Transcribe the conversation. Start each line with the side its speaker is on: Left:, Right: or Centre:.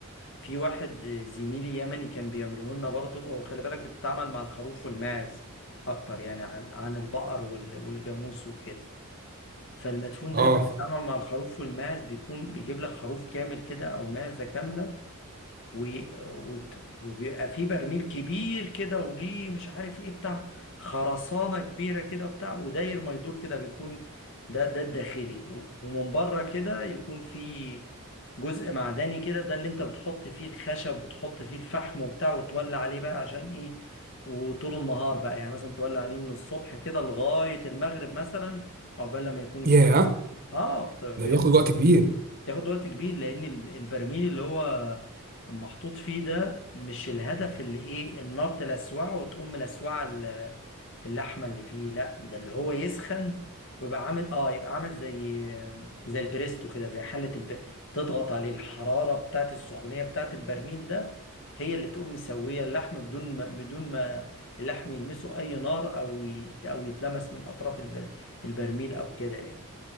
Left: في واحد زميلي يمني كان بيعمله لنا برضه هو خلي بالك بتتعامل مع الخروف والماعز اكتر يعني عن عن البقر وال- والجاموس وكده فالمدفون
Right: اه
Left: دايما بيتعامل مع الخروف والماعز بيكون بيجيب لك خروف كامل كده او معزه كامله و... وت- وبيبقى في برميل كبير كده وليه مش عارف ايه بتاع خرسانة كبيرة كده بتاع وداير ما يدور كده بيكون ده ده الداخلي و- ومن بره كده يكون في جزء معدني كده ده اللي انت بتحط فيه الخشب وتحط فيه الفحم وبتاع وتولع عليه بقى عشان ايه وطول النهار بقى يعني مثلا تولع عليه من الصبح كده لغاية المغرب مثلا عقبال لما يكون استوى
Right: ياه
Left: اه بيقعد
Right: ده بياخد وقت كبير
Left: ياخد وقت كبير لان ال- البرميل اللي هو محطوط فيه ده مش الهدف اللي ايه النار تلسوعه وتقوم ملسوعه ال- اللحمه اللي فيه لا ده اللي هو يسخن ويبقى عامل اه يبقى عامل زي زي البريستو كده زي حله الب... تضغط عليه الحراره بتاعت السخونيه بتاعت البرميل ده هي اللي تقوم مسويه اللحم بدون ما بدون ما اللحم يلمسه اي نار او ي... او يتلمس من اطراف الب... البرميل او كده يعني